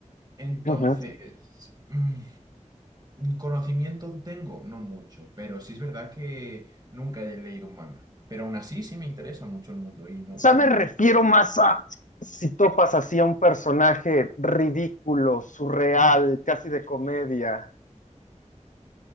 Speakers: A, on the right; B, on the left.
A: Entonces,
B: ujú. O
A: mm, conocimiento tengo, no mucho, pero sí es verdad que nunca he leído un manga. Pero aún así sí me interesa mucho el mundo y no,
B: sea,
A: no
B: me refiero más a si topas así a un personaje ridículo, surreal, casi de comedia.